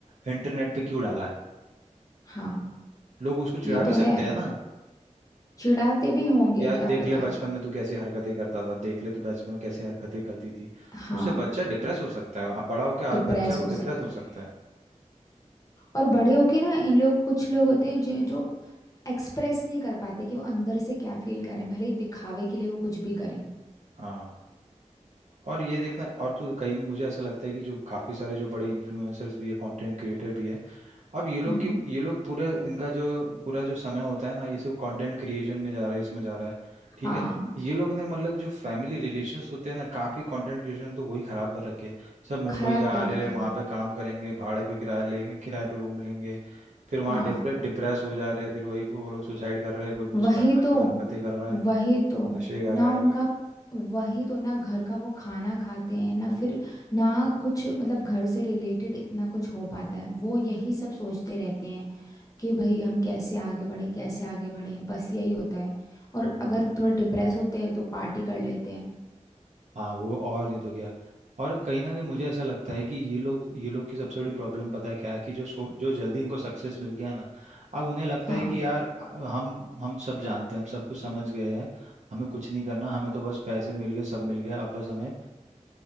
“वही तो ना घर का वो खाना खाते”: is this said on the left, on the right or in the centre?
Left